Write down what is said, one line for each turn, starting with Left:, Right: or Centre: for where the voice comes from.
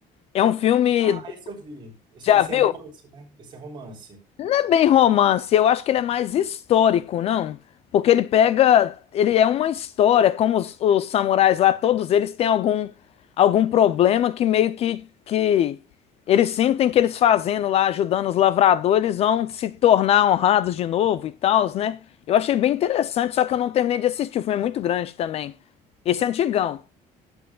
Left: É um filme,
Right: Ah, esse eu vi. Esse,
Left: já
Right: esse
Left: viu?
Right: é romance, né? Esse é romance.
Left: É bem romance, eu acho que ele é mais histórico, não? Porque ele pega, ele é uma história, como os, os samurais lá, todos eles têm algum algum problema que meio que que eles sentem que eles fazendo lá, ajudando os lavradores, eles vão se tornar honrados de novo e tal, né? Eu achei bem interessante, só que eu não terminei de assistir, o filme é muito grande também. Esse é antigão.